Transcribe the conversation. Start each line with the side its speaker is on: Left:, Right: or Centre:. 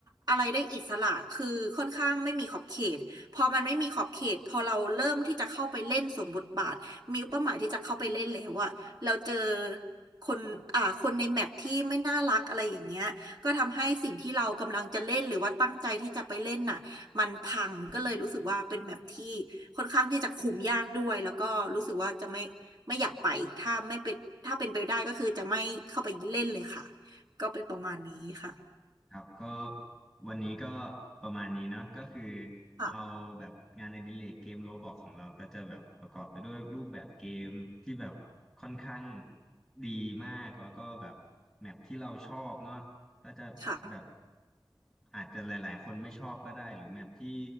Right: อะไรได้อิสระคือค่อนข้างไม่มีขอบเขตพอมันไม่มีขอบเขตพอเราเริ่มที่จะเข้าไปเล่นสวมบทบาทมีเป้าหมายที่จะเข้าไปเล่นแล้วอะเราเจอคนอ่าคนในแมปที่ไม่น่ารักอะไรอย่างเงี้ยก็ทำให้สิ่งที่เรากำลังจะเล่นหรือว่าตั้งใจที่จะไปเล่นน่ะมันพังก็เลยรู้สึกว่าเป็นแมปที่ค่อนข้างที่จะคุมยากด้วยแล้วก็รู้สึกว่าจะไม่ไม่อยากไปถ้าไม่เป็นถ้าเป็นไปได้ก็คือจะไม่เข้าไปเล่นเลยค่ะ ก็เป็นประมาณนี้ค่ะ
Centre: ครับก็วันนี้ก็ประมาณนี้เนาะก็คือ
Right: ค่ะ
Centre: เราแบบงานอดิเรกเกมโรบล็อกของเราก็จะแบบประกอบไปด้วยรูปแบบเกมที่แบบค่อนข้างดีมากแล้วก็แบบแมปที่เราชอบเนาะก็จะแบบ
Right: ค่ะ
Centre: อาจจะหลายๆคนไม่ชอบก็ได้หรือแมปที่